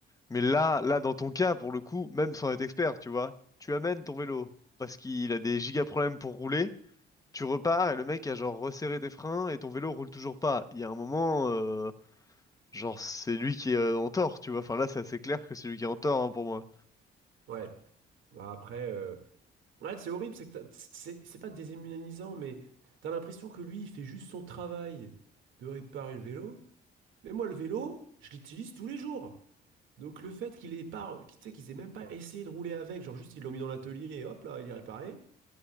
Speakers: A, on the left; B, on the right.
A: Mais là, là, dans ton cas, pour le coup, même sans être expert, tu vois, tu amènes ton vélo parce qu'il a des giga problèmes pour rouler. Tu repars et le mec a genre resserré tes freins et ton vélo roule toujours pas. Il y a un moment, euh, genre c'est lui qui est euh, en tort, tu vois. Enfin là, c'est assez clair que c'est lui qui est en tort hein, pour moi.
B: Ouais, bah après, euh, ouais c'est horrible, c'est que t'as- c'est c'est pas déshumanisant mais t'as l'impression que lui il fait juste son travail de réparer le vélo. Mais moi le vélo, je l'utilise tous les jours. Donc le fait qu'il ait pas, tu sais qu'ils aient même pas essayé de rouler avec, genre juste ils l'ont mis dans l'atelier et hop là il est réparé,